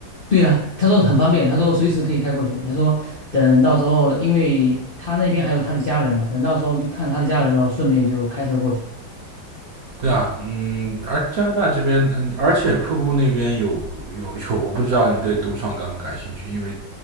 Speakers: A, on the left; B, on the right.
A: 对啊，他说很方便，他说随时可以开过去。他说等到时候，因为他那边还有他的家人嘛，等到时候去看他的家人哦，顺便就开车过去。
B: 对啊，嗯，而加拿大这边，嗯，而且瀑布那边有有有，我不知道你对赌场感不感兴趣，因为